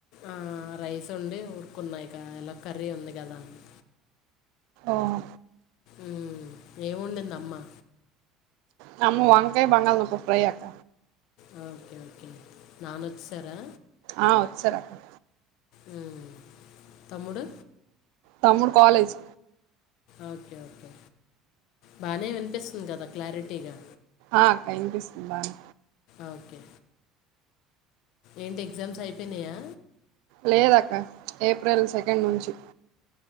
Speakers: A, on the left; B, on the right.
A: ఆ రైస్ వండి ఊరుకున్నా ఇక ఇలా కర్రీ ఉంది కదా అని
B: ఓహో
A: ఉమ్ ఏం వండింది అమ్మా
B: కమ్ము వంకాయ బంగాల్దుంప ఫ్రై అక్క
A: ఆ ఓకే ఓకే నాన్న వచ్చేసారా
B: ఆ వచ్చారు అక్క
A: ఉమ్ తమ్ముడు
B: తమ్ముడు కాలేజ్
A: ఓకే ఓకే బానే వినిపిస్తుంది కదా క్లారిటీగా
B: ఆ అక్క వినిపిస్తుంది బానే
A: ఓకే ఏంటి ఎగ్జామ్స్ అయిపోయినాయా
B: లేదక్క ఏప్రిల్ సెకండ్ నుంచి